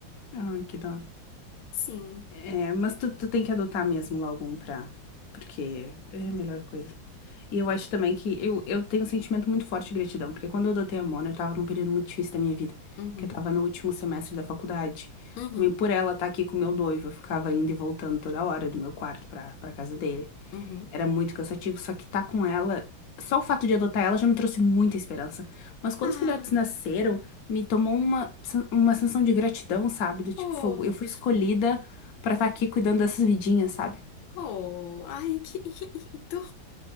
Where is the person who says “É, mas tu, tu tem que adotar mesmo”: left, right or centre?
Left